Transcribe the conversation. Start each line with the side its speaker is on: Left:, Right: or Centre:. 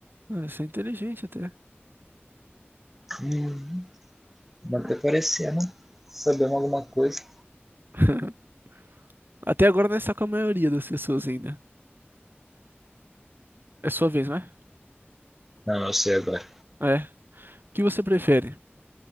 Right: Ah, Isso é inteligente até.
Centre: Hum, Manter parecendo. Sabemos alguma coisa.
Right: <laughs> Até agora não está com a maioria das pessoas ainda. É sua vez, não é?
Centre: Não, eu sei agora.
Right: É. O que você prefere?